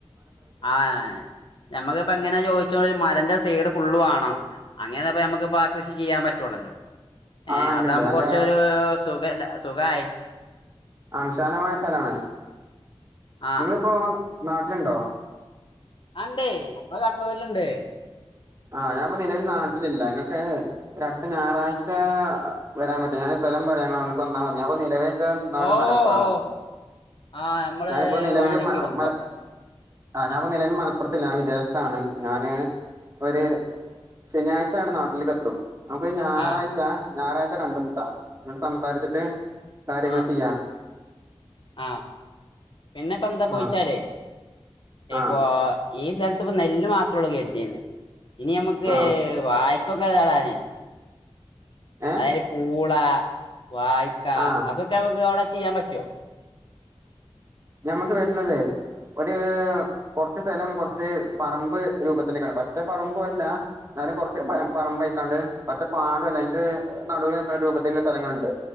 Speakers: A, on the left; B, on the right.
A: ആ നമുക്കിപ്പ എങ്ങനെ ചോദിച്ച മലന്റെ സൈഡ് ഫുള്ള് വേണോ അങ്ങനപ്പ നമുക്ക്പ്പ കൃഷി ചെയ്യാൻ പറ്റുള്ളല്ലോ ഏർ
B: ആ ഉണ്ട്ണ്ട്
A: അതാകുമ്പോൾ
B: നല്ല
A: കുറച്ച ഒരു സുഖല്ല സുഖായി
B: ആ വിശാലമായ സ്ഥലാണ്
A: ആഹ്
B: നിങ്ങിപ്പോ നാട്ടിലുണ്ടോ
A: ആണ്ട് ഞമ്മൾ കണ്ണൂരിലുണ്ട്
B: ആ ഞാൻപ്പ നിലൽ നാട്ടിലില്ല ഇങ്ങക്ക് ഒ അടുത്ത ഞായറാഴ്ച വരാൻ പറ്റോ ഞാൻ സ്ഥലം പറയാം നിങ്ങൾ അങ്ങോട്ട് വന്നാമതി ഞാൻ നിലവിൽ ഇന്റെ നാട്
A: ഓ
B: മലപ്പുറാണ്
A: ഓ ആ നമ്മള്
B: ഞാനിപ്പോ നിലൽ
A: വാണെങ്കി
B: മ
A: വന്നോക്കാം
B: മല ആ ഞാൻ ഇപ്പ നിലൽ മലപ്പുറത്തില്ല വിദേശത്താണ് ഞാന് ഒരു ശനിയാഴ്ച നാട്ടിലേക്ക് എത്തും നമുക്കൊരു ഞായറാഴ്ചാ
A: ആ
B: ഞായറാഴ്ച കണ്ടുമുട്ടാ എന്നിട്ട് സംസാരിച്ചിട്ട് കാര്യങ്ങൾ
A: ആ
B: ചെയ്യാ
A: ആ പിന്നെപ്പോ എന്താ പോയിച്ചാലേ
B: ആഹ്
A: ഇപ്പൊ
B: ആഹ്
A: ഈ സ്ഥലത്ത് ഇപ്പ നെല്ല് മാത്രമേള്ളൂ കരുതിേ ഇനി നമ്മുക്ക്
B: ആഹ്
A: വ <unintelligible> അന
B: ഏഹ്
A: അയില് പൂള വായിക്ക
B: ആഹ്
A: അതൊക്കെ നമ്മക്ക് അവിടെ ചെയ്യാൻ പറ്റോ
B: ഞമ്മക്ക് വരുന്നത് ഒരു കുറച്ച് സ്ഥലം കുറച്ച് പറമ്പ് രൂപത്തിലേക്കാണ് പറ്റേ പറമ്പല്ല എന്നാലും കുറച്ച് പ പറമ്പഴക്കാണ്ട് മറ്റേ പാടം അല്ല അ ഒരു നടുവി നൽക്ക രൂപത്തിലുള്ള സ്ഥലങ്ങളുണ്ട്